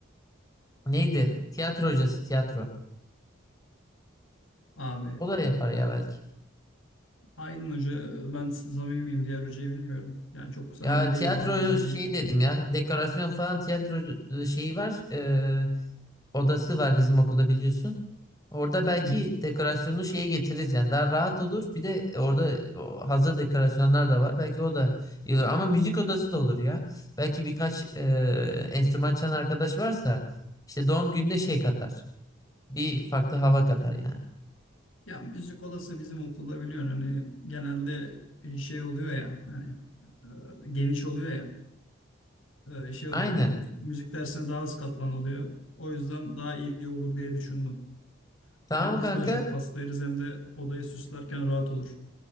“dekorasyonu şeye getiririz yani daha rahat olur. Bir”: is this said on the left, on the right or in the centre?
Left